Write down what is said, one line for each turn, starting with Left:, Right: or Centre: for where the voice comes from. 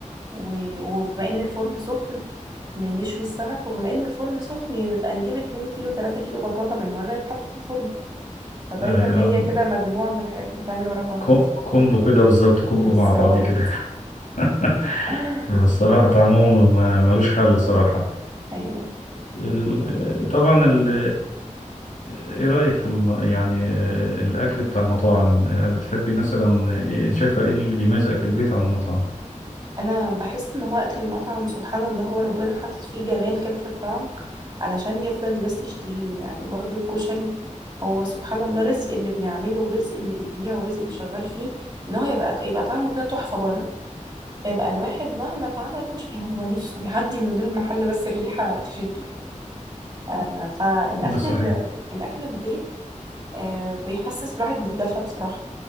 Right: و- وبما ان الفرن سخن ن- نشوي السمك وبما ان الفرن سخن يبقى نجيب 2 كيلو 3 كيلو بطاطا بالمرة يتحط في الفرن فدايما
Left: أيوة.
Right: هي كده مجموعة من الحاجات بتتعمل ورا بعض
Left: كو- كومبو كده بالظبط كومبو
Right: بالظبط
Left: مع بعض كده <laughs>
Right: <laughs>
Left: الصراحة طعمهم ما- ملوش حل صراحة
Right: ايوه
Left: ال- طبعا ال- ايه رأيك في الم... يعني آه، الأكل بتاع المطاعم آه، بتحبي مثلا إيه- شايفة ايه اللي بيميز أكل البيت عن المطعم
Right: انا بحس ان هو اكل المطعم سبحان الله هو ربنا حاطط فيه جمال كده في الطعم علشان يفضل الناس تشتهيه يعني برضه الكشري هو سبحان الله رزق اللي بيعمله ورزق اللي بيبيعه ورزق اللي شغال فيه ان هو يبقى يبقى طعمه كده تحفة بره فيبقى الواحد مهما اتعمل كشري هو نفسه يعدي من قدام المحل بس الريحة تشده آه فالأكل
Left: ده صحيح
Right: ال- الأكل البيت آه بيحسس الواحد بالدفى بصراحة